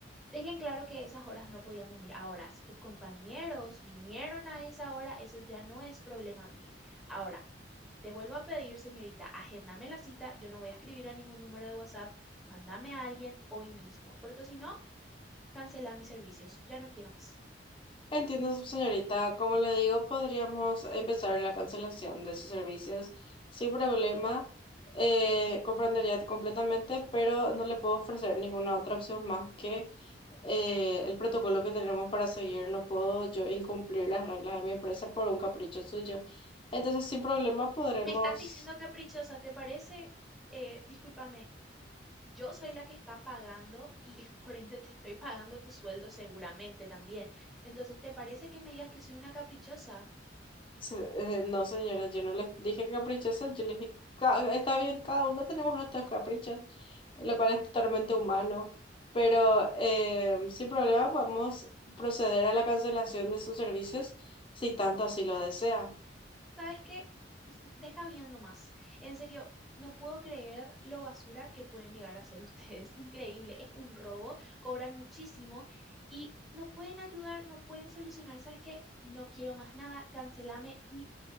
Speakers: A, in the centre; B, on the left.
A: dejé en claro que esas horas no podían venir. Ahora, si tus compañeros vinieron a esa hora, eso ya no es problema mío. Ahora, te vuelvo a pedir, señorita, agéndame la cita, yo no voy a escribir a ningún número de WhatsApp, mándame a alguien hoy mismo, porque si no, cancela mis servicios, ya no quiero más.
B: Entiendo, señorita. Como le digo, podríamos empezar la cancelación de sus servicios sin problema. Eh, comprendería completamente, pero no le puedo ofrecer ninguna otra opción más que eh, el protocolo que tenemos para seguir. No puedo yo incumplir las reglas de mi empresa por un capricho suyo. Entonces, sin problema, podremos
A: Me estás diciendo caprichosa, ¿te parece? Eh, discúlpame, yo soy la que está pagando y <laughs> por ende te estoy pagando tu sueldo seguramente también. Entonces, ¿te parece que me digas que soy una caprichosa?
B: Se- eh, no, señora, yo no les dije caprichosas, yo les dije, "Ca- está bien, cada uno tenemos nuestros caprichos, lo cual es totalmente humano, pero eh, sin problema podemos proceder a la cancelación de sus servicios si tanto así lo desea.
A: ¿Sabes qué? Deja viendo más. En serio, no puedo creer lo basura que pueden llegar a ser ustedes. <laughs> Increíble, es un robo, cobran muchísimo y no pueden ayudar, no pueden solucionar. ¿Sabes qué? No quiero más nada, cancelame y